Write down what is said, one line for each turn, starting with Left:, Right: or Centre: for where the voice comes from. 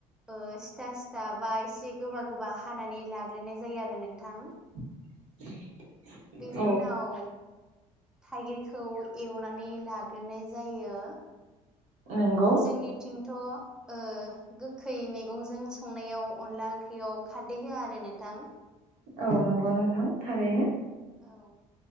Centre: ओ सिथा सिथा बा एसे गोबा गोबा हानानै लाग्रोनाय जायो आरो नोंथां
Right: <inaudible>
Centre: बेनि
Right: औ
Centre: उनाव थाइगिरखौ एवनानै लाग्रोनाय जायो।
Right: नंगौ
Centre: जोंनिथिंथ' ओ गोखै मैगंजों संनायाव अनला ओंख्रियाव खारदै होआ आरो नोंथां
Right: औ नंगौ नोंथां थारैनो।
Centre: औ